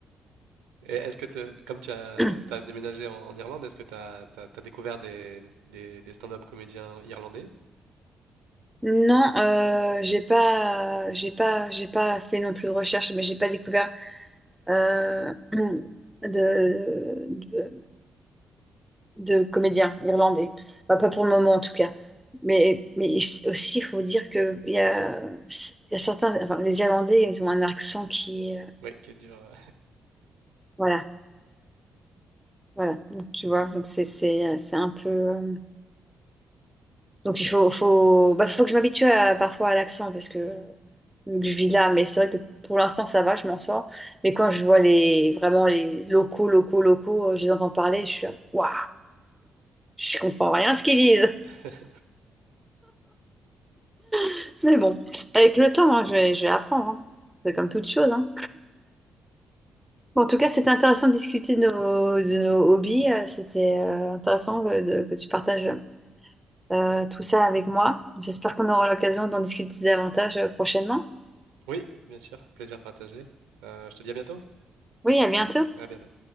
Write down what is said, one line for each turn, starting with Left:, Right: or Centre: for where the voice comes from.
Right: Et est-ce que, te- comme tu as,
Centre: <clears throat>
Right: t'as déménagé en, en Irlande, est-ce que tu as, découvert des, des, des stand-up comédiens irlandais?
Centre: Non, euh, j'ai pas, j'ai pas, j'ai pas fait non plus de recherche, mais j'ai pas découvert euh, de, de, de comédiens irlandais. Bah, pas pour le moment en tout cas. Mais, mais aussi, il faut dire que il y a, il y a certains, enfin, les Irlandais, ils ont un accent qui est, euh,
Right: Oui, qui est dur.
Centre: voilà, voilà. Donc tu vois, donc c'est, c'est, c'est un peu. euh, Donc il faut, faut, bah, faut que je m'habitue à- parfois à l'accent parce que, vu que je vis là, mais c'est vrai que pour l'instant ça va, je m'en sors. Mais quand je vois les vraiment les locaux, locaux, locaux, euh, je les entends parler, je suis là, waouh, je comprends rien à ce qu'ils disent.
Right: <laughs>
Centre: <laughs> Mais bon, avec le temps, hein, je vais, je vais apprendre. hein. C'est comme toute chose. hein. Bon, en tout cas, c'était intéressant de discuter de nos, de nos hobbies. euh, C'était euh, intéressant que, de- que tu partages euh, tout ça avec moi. J'espère qu'on aura l'occasion d'en discuter davantage euh, prochainement.
Right: Oui, bien sûr. Plaisir partagé. Euh, je te dis à bientôt.
Centre: Oui, à bientôt.
Right: À bientôt.